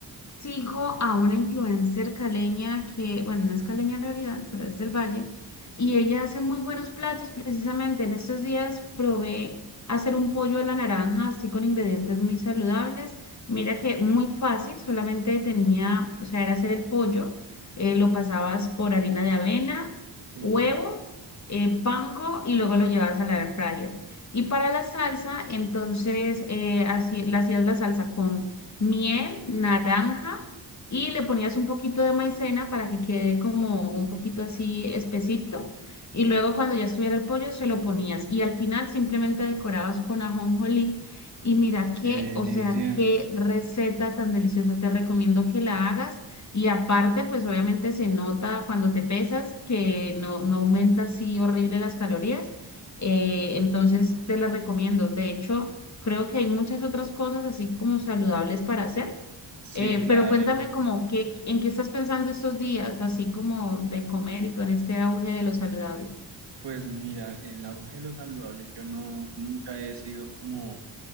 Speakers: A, on the left (about 40°); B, on the right (about 70°).
A: Sigo a una influencer caleña que, bueno, no es caleña en realidad, pero es del Valle, y ella hace muy buenos platos. Precisamente en estos días probé hacer un pollo a la naranja, así con ingredientes muy saludables. Mira que muy fácil, solamente tenía, o sea, era hacer el pollo, eh, lo pasabas por harina de avena,
B: sí.
A: huevo, eh, panko y luego lo llevabas al air fryer. Y para la salsa, entonces, eh, así, le hacías la salsa con miel, naranja y le ponías un poquito de maicena para que quede como un poquito así espesito. Y luego cuando ya estuviera el pollo se lo ponías y al final simplemente decorabas con ajonjolí. Y mira qué,
B: Eh,
A: o
B: Licia,
A: sea, qué receta tan deliciosa. Te recomiendo que la hagas. Y aparte, pues obviamente se nota cuando te pesas que no, no aumenta así horrible las calorías. Eh, entonces te la recomiendo. De hecho, Creo que hay muchas otras cosas así como saludables para hacer.
B: sí,
A: Eh,
B: claro,
A: pero cuéntame
B: hay mucho.
A: como qué, en qué estás pensando estos días, así como de comer y con este auge de lo saludable.
B: Pues mira, el auge de lo saludable, yo no, nunca he sido como,